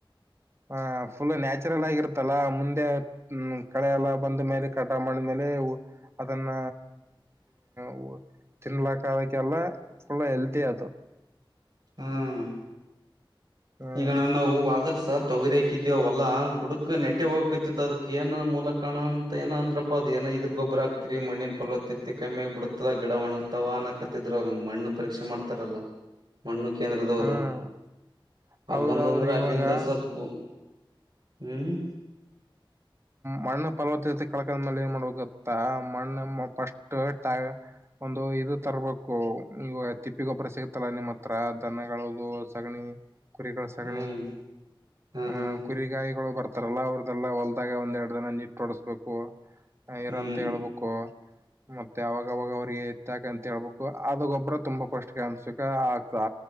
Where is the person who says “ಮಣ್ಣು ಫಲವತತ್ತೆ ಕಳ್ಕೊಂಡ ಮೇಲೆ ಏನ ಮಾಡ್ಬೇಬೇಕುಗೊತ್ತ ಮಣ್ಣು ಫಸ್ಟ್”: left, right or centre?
Right